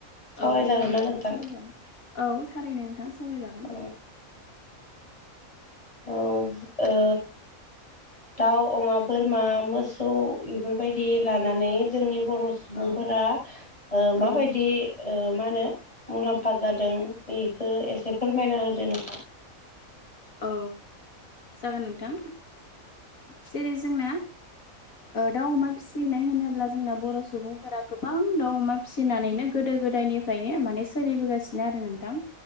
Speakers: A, on the left; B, on the left.
A: सावरायजागोन
B: औ जागोन नोंथाङ
A: ना नोंथां
B: सावरायजागोन औ थारैनो नोंथाङा सावरायजागोन
A: अ औ ओ दाउ अमा बोरमा मोसौ बेफोरबायदि लानानै जोंनि बर' सुबुंफोरा
B: औ
A: ओ माबायदि
B: औ
A: मा होनो मुलाम्फा जादों बेखौ एसे फोरमायना होदो नोंथां
B: औ जागोन नोंथां जेरै जोंना दाउ अमा फिसिनाय होनोब्ला जोंना बर' सुबुंफोरा गोबां दाउ अमा फिसिनानैनो गोदो गोदायनिफ्रायनो माने सोलिबोगासिनो आरो नोंथां